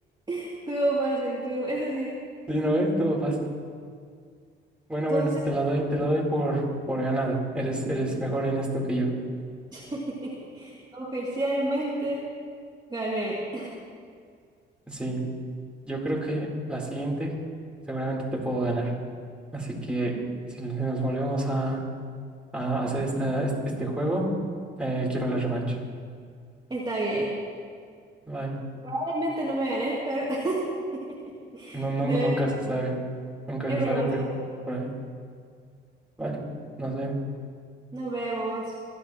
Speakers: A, on the right (about 20°); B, in the centre.
A: Estuvo fácil, estuvo- eso sí.
B: Sí, no, eh, estuvo fácil. Bueno,
A: Entonces,
B: bueno, te la doy, te la doy por, por ganada. Eres, eres mejor en esto que yo.
A: <laughs> oficialmente gané.
B: Sí, yo creo que la siguiente seguramente te puedo ganar. Así que si si nos volvemos a, a hacer esta, este este juego, eh, quiero la revancha.
A: Está bien.
B: Vale.
A: Probablemente no me ganes, pero... <laughs>
B: No, no,
A: No, es
B: nunca se sabe.
A: broma,
B: Nunca
A: Es
B: se
A: broma,
B: sabe, pero
A: solo
B: por ahí. Vale, nos vemos.
A: nos vemos.